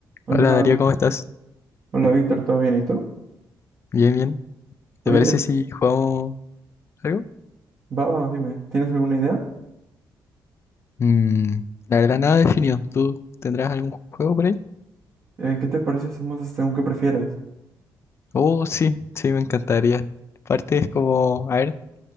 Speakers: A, on the right; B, on the left.
A: Hola,
B: Hola Darío, ¿cómo estás?
A: hola Víctor, ¿todo bien? ¿Y tú?
B: Bien, bien. ¿Te
A: Oye,
B: parece
A: este,
B: si jugamos algo?
A: va, va, dime, ¿tienes alguna idea?
B: Mm, la verdad, nada definido. ¿Tú tendrás algún juego por ahí?
A: Eh, ¿qué te parece si hacemos según qué prefieres?
B: Oh, sí, sí, me encantaría. Parte es como, a ver,